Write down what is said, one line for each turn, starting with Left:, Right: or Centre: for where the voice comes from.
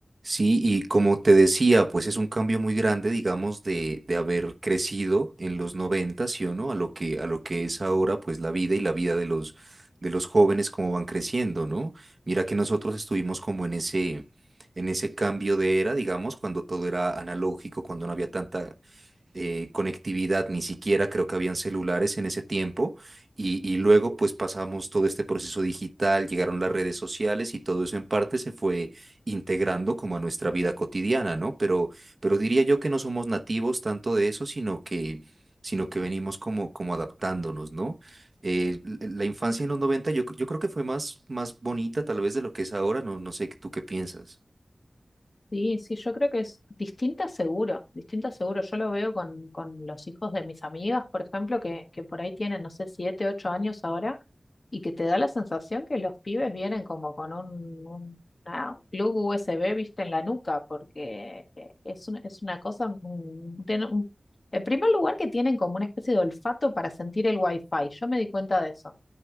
Right: Sí, y como te decía, pues es un cambio muy grande, digamos, de, de haber crecido en los 90, ¿sí o no? A lo que, a lo que es ahora, pues la vida y la vida de los, de los jóvenes, cómo van creciendo, ¿no? Mira que nosotros estuvimos como en ese, en ese cambio de era, digamos, cuando todo era analógico, cuando no había tanta eh, conectividad, ni siquiera creo que habían celulares en ese tiempo. Y, y luego pues pasamos todo este proceso digital, llegaron las redes sociales y todo eso en parte se fue integrando como a nuestra vida cotidiana, ¿no? Pero, pero diría yo que no somos nativos tanto de eso, sino que, sino que venimos como, como adaptándonos, ¿no? Eh, l- la infancia en los 90 yo, cre- yo creo que fue más, más bonita tal vez de lo que es ahora, no, no sé, ¿tú qué piensas?
Left: Sí, sí, yo creo que es distinta seguro, distinta seguro. Yo lo veo con, con los hijos de mis amigas, por ejemplo, que, que por ahí tienen, no sé, siete, ocho años ahora, y que te da la sensación que los pibes vienen como con un, un- ah, un plug USB, viste, en la nuca, porque eh, es una, es una cosa, un- ten- un- en primer lugar que tienen como una especie de olfato para sentir el wifi. Yo me di cuenta de eso